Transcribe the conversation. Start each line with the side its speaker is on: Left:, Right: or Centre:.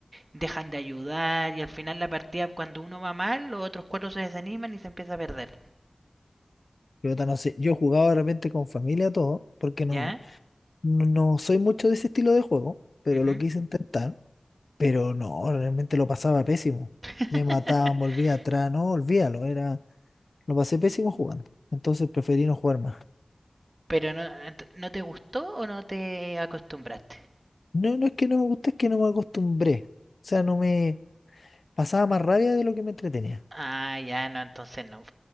Right: dejan de ayudar y al final la partida cuando uno va mal, los otros cuatro se desaniman y se empieza a perder.
Left: Yo no sé, yo jugaba de repente con familia todo, porque no,
Right: ¿Ya?
Left: no, no soy mucho de ese estilo de juego, pero
Right: Ujú.
Left: lo quise intentar, pero no, realmente lo pasaba pésimo.
Right: <laughs>
Left: Me mataban, volvía atrás, no, olvídalo, era, lo pasé pésimo jugando. Entonces preferí no jugar más.
Right: Pero no, ent- ¿no te gustó o no te acostumbraste?
Left: No, no es que no me guste, es que no me acostumbré. O sea, no me pasaba más rabia de lo que me entretenía.
Right: Ah, ya, no, entonces no.